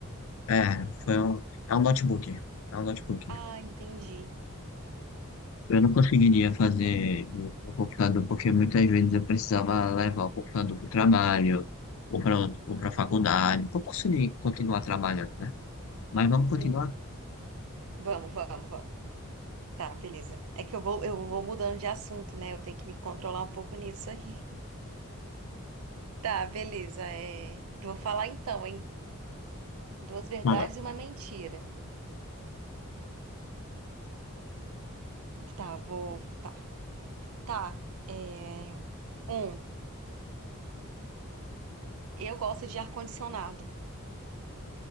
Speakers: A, on the left; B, on the right.
A: É, foi um. É um notebook. É um notebook.
B: Ah, entendi.
A: Eu não conseguiria fazer o, o computador porque muitas vezes eu precisava levar o computador para o trabalho ou para ou para a faculdade. Para conseguir continuar trabalhando, né? Mas vamos continuar?
B: Em- Vamos, vamos, vamos. Tá, beleza. É que eu vou, eu vou mudando de assunto, né? Eu tenho que me controlar um pouco nisso aí. <laughs> Tá, beleza. É... Vou falar então, hein? Duas verdades
A: Não.
B: e uma mentira. Tá, vou. Tá. Tá. É... Um, eu gosto de ar-condicionado.